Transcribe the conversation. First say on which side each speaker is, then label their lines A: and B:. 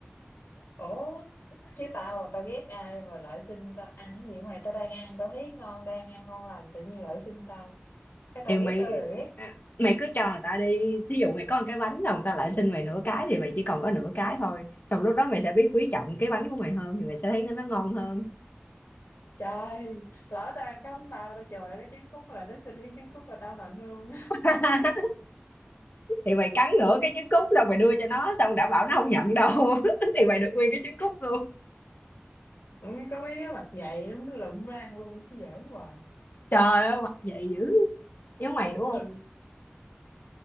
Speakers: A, on the left (about 80°); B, on the left (about 50°).
A: ủa chứ tao tao ghét ai mà lại xin tao ăn cái gì vậy mày tao đang ăn tao thấy ngon đang ăn ngon lành tự nhiên lại xin tao cái tao
B: thì
A: ghét
B: mày
A: ơi là ghét
B: à, mày cứ cho người ta đi thí dụ mày có một cái bánh rồi người ta lại xin mày nửa cái thì mày chỉ còn có nửa cái thôi xong lúc đó mày sẽ biết quý trọng cái bánh của mày hơn thì mày sẽ thấy nó ngon hơn
A: trời lỡ tao ăn cắm bao tao chừa lại cái trứng cút là nó xin cái trứng cút là tao hận luôn
B: <laughs> thì mày cắn nửa cái trứng cút rồi mày đưa cho nó xong đảm bảo nó không nhận đâu <laughs> thì mày được nguyên cái trứng cút luôn
A: Vẫn có mấy đứa mặt dày lắm, nó lụm ra ăn luôn chứ giỡn hoài
B: trời ơi mặc vậy dữ giống mày đúng không
A: ừ.